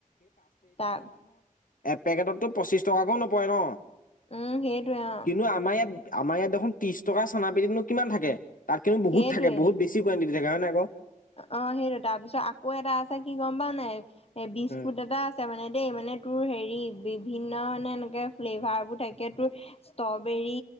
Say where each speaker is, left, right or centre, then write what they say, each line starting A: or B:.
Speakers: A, on the left; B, on the left.
A: তাক
B: এপেকেটত তো পঁচিশ টকাকৈ নপৰে ন
A: উম সেইটোৱে অ
B: কিন্তু আমাৰ ইয়াত আমাৰ ইয়াত দেখোন ত্ৰিছ টকা চানা পেকেটনো কিমান থাকে তাত কিন্তু বহুত
A: সেইটোৱে
B: থাকে বহু বেছি কুৱানটিটিত থাকে হয় নাই ক
A: অ সেইটো তাৰ পিছত আকৌ এটা আছে কি গম পাও নাই বিস্কুট
B: উম
A: এটা আছে মানে দেই মানে তোৰ হেৰি বিভিন্ন মানে এনেকে ফ্লেভাৰ বোৰ থাকে তোৰ ষ্ট্ৰ'বেৰী